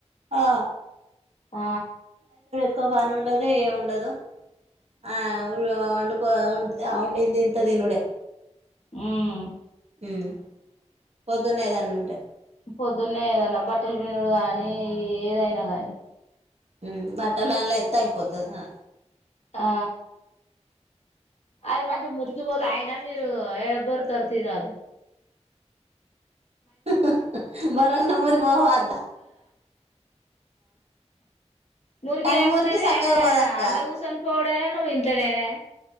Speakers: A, on the right; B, on the left.
A: ఆ
B: ఆ
A: ఒక్క పని ఉండదు ఏముండదు ఆవ్ వండుకో అవ్ వండింది ఇంత తినుడే
B: హ్మ్
A: హ్మ్ పొద్దున్నేదన్న ఉంటే
B: పొద్దున్నే ఏదన్నా బట్టలు పిండుడు గాని ఏదైనా గాని
A: హ్మ్ బట్టలాల్ల ఎస్తే అయిపోతది హా
B: ఆ అది మంచి మురుకిపోదూ అయనా మీరు ఎడ బొర్తరు తియరాదు
A: హహహహః బరన్న మురికిపోహ అద్ద
B: మురికేమున్నది
A: కానీ మురికి సక్కగా
B: ఆయనే
A: పోదక్క
B: అల్ల కూర్చొని పోవడేనా నువ్వింట్లనేనాయే